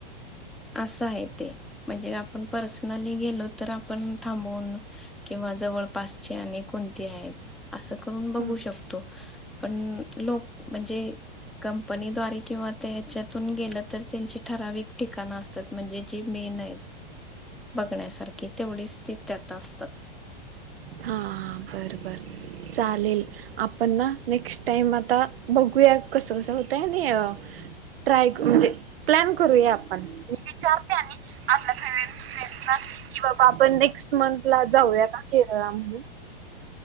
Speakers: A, in the centre; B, on the right.
A: असं हाय ते. म्हणजे आपण पर्सनली गेलो तर, आपण थांबवून किंवा जवळपासचे आणि कोणती हायत, असं करून बघू
B: हा.
A: शकतो. पण लोक, म्हणजे कंपनीद्वारे किंवा, त्या हच्यातून गेलं तर, त्यांची ठराविक ठिकाणं असतात. म्हणजे, जी मेनयत. बघण्यासारखी, तेवढीच ती त्यात असतात.
B: हा, हा. बर- बर, चालेल. आपण ना, नेक्स्ट टाइम आता, बघूया. कसं-कसं होतंय. आणि ट्राय करू, म्हणजे प्लॅन करूया, आपण. मी विचारते आणि आपल्या फ्रेंड्स-फ्रेंडसला, किंवा बाबा आपण नेक्स्ट मंथला जाऊया का, केरळला म्हणून.